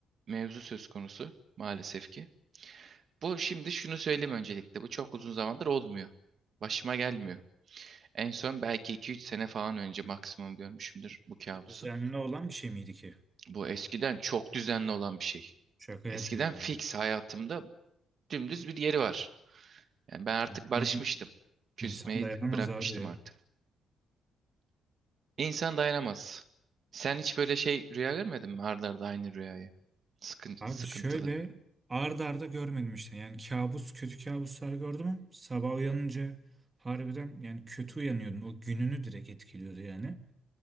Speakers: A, on the right; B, on the right.
A: mevzu söz konusu maalesef ki. Bu şimdi şunu söyleyeyim öncelikle. Bu çok uzun zamandır olmuyor. Başıma gelmiyor. En son belki 2-3 sene falan önce maksimum görmüşümdür bu kabusu.
B: Bu düzenli olan bir şey miydi ki?
A: Bu eskiden çok düzenli olan bir şey.
B: Şaka yapıyor.
A: Eskiden fix hayatımda dümdüz bir yeri var. Yani ben artık
B: İnsan,
A: barışmıştım. Küsmeyi
B: insan dayanamaz
A: bırakmıştım
B: abi.
A: artık. İnsan dayanamaz. Sen hiç böyle şey rüya görmedin mi? Arda arda aynı rüyayı. Sıkın-
B: Abi
A: sıkıntılı.
B: şöyle ard arda görmedim işte. Yani kabus kötü kabuslar gördüm. ama Sabah uyanınca harbiden yani kötü uyanıyordum. O gününü direkt etkiliyordu yani.